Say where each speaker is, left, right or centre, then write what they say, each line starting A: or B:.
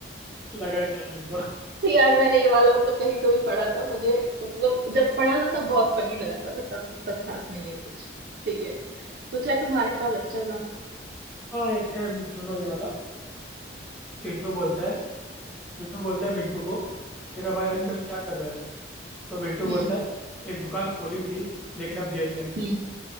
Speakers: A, in the centre; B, on the right (about 55°).
A: <laughs> लगा ही था मेरे को
B: तो यार मैंने ये वाला मतलब कहीं तो भी पढ़ा था मुझे मतलब जब पढ़ा था तब बहुत फनी लगा था बट अब उतना खास नहीं है कुछ ठीक है कुछ है तुम्हारे पास अच्छा सा
A: हाँ एक है सुनो ये वाला चिंटू बोलता है चिंटू बोलता है मिंटू को तेरा भाई आजकल
B: हम्म
A: क्या कर रहा है तो मिंटू बोलता
B: हम्म
A: है एक दुकान खोली थी लेकिन अब जेल में है
B: हम्म